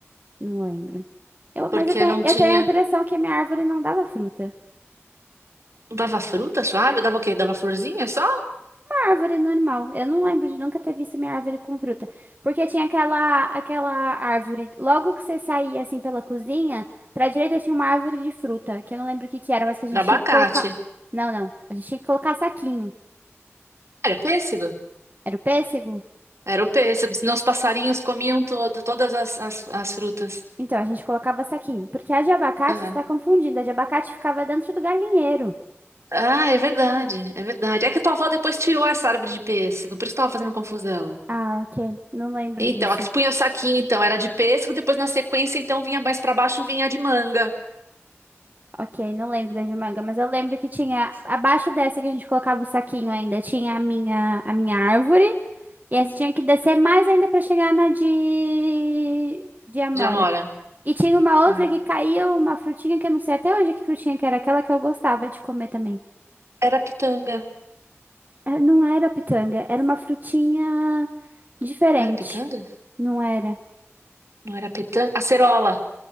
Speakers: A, on the right; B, on the right.
A: Não lembro. Eu,
B: porque
A: mas eu tenho,
B: não
A: eu
B: tinha,
A: tenho a impressão que a minha árvore não dava fruta.
B: não dava fruta suave, dava o quê? Dava florzinha só?
A: árvore normal. Eu não lembro de nunca ter visto minha árvore com fruta. Porque tinha aquela, aquela árvore. Logo que você saía assim pela cozinha, pra direita tinha uma árvore de fruta, que eu não lembro o que que era, mas que a gente
B: Era abacate.
A: tinha que colocar. Não, não. A gente tinha que colocar saquinho.
B: Era pêssego?
A: Era o pêssego?
B: Era o pêssego, senão os passarinhos comiam toda, todas as, as, as frutas.
A: Então, a gente colocava saquinho. Porque a de abacate
B: Ah.
A: está confundindo. A de abacate ficava dentro do galinheiro.
B: Ah, é verdade, é verdade. É que a tua avó depois tirou essa árvore de pêssego, por isso tava fazendo confusão.
A: Ah, ok. Não lembro
B: Então,
A: disso.
B: a que punha o saquinho, então, era de pêssego, depois na sequência, então, vinha mais pra baixo, vinha de manga,
A: Ok, não lembro da de manga, mas eu lembro que tinha, abaixo dessa que a gente colocava o saquinho ainda, tinha a minha, a minha árvore. E essa tinha que descer mais ainda pra chegar na de, de amora.
B: de amora.
A: E tinha uma
B: Ah,
A: outra que caía uma frutinha que eu não sei até hoje que frutinha que era aquela que eu gostava de comer também.
B: era pitanga.
A: É, Não era pitanga, era uma frutinha diferente.
B: Não era pitanga?
A: Não era.
B: Não era pitanga? Acerola.